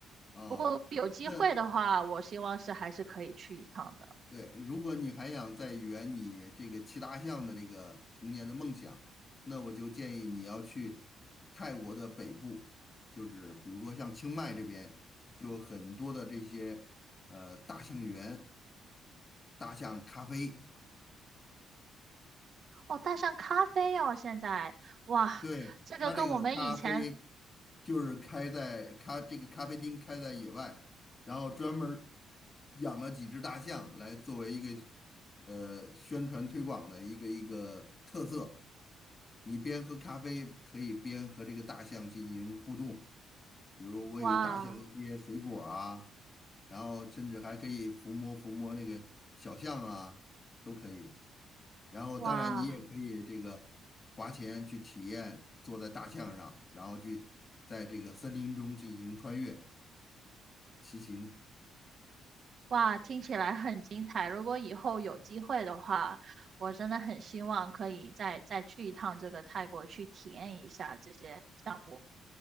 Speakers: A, on the left; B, on the right.
A: 哦，
B: 不过有机会的话，
A: 那
B: 我希望是还是可以去一趟的。
A: 对，如果你还想再圆你这个骑大象的这个童年的梦想，那我就建议你要去泰国的北部，就是比如说像清迈这边，就有很多的这些呃大象园、大象咖啡。
B: 哦，大象咖啡哦，现在哇，
A: 对，
B: 这个跟我们以前
A: 他这个咖啡就是开在咖这个咖啡厅开在野外，然后专门儿养了几只大象来作为一个呃宣传推广的一个一个特色。你边喝咖啡可以边和这个大象进行互动，比如喂大象一些水果儿啊，
B: 哇
A: 然后甚至还可以抚摸抚摸那个小象啊，都可以。然后当然你也可以这个花钱去体验坐在大象上，
B: 哇。
A: 然后去在这个森林中进行穿越骑行。
B: 哇，听起来很精彩。如果以后有机会的话，我真的很希望可以再再去一趟这个泰国，去体验一下这些项目。